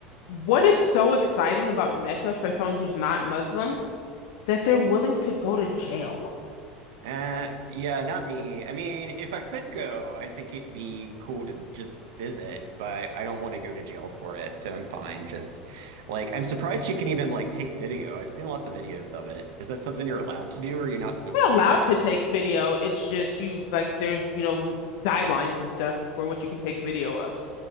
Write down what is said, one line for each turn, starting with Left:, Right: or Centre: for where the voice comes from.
Left: What is so exciting about Mecca for someone who's not Muslim that they're willing to go to jail?
Right: Uh, yeah, not me. I mean, if I could go, I think it'd be cool to just visit, but I don't want to go to jail for it, so I'm fine. Just like I'm surprised you can even like take video. I've seen lots of videos of it. Is that something you're allowed to do, or you're not supposed
Left: We're
Right: to do
Left: allowed
Right: that?
Left: to take video. It's just you like there's you know guidelines and stuff for what you can take video of.